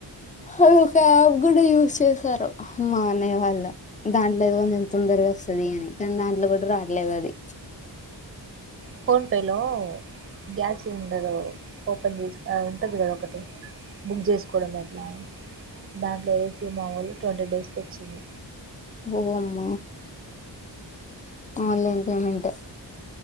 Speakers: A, on the left; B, on the right.
A: అది ఒక యాప్ కూడా యూజ్ చేసారు మా అన్నయ్య వాళ్ళ దాంట్లోది కొంచెం తొందరగా వస్తుది అని కానీ దాంట్లో కూడా రాలలేదు అది
B: ఫోన్పేలో గ్యాస్ సిలిండరు ఓపెన్ చేసి ఉంటుంది కదా ఒకటి బుక్ చేసుకోవడం ఎట్లా దాంట్లో సినిమా వాోళ ట్వంటీ డేస్కి వచ్చింది
A: అ అమ్మ అన్లైన్ పేమట్